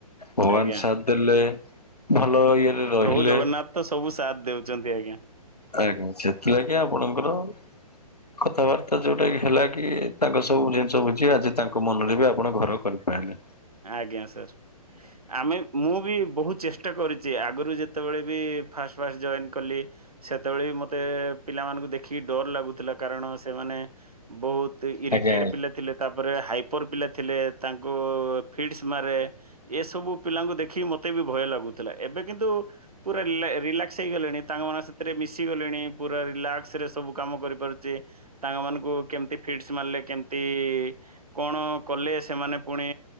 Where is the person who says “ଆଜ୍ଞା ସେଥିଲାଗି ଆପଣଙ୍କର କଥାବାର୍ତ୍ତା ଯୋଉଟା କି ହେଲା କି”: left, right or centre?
Left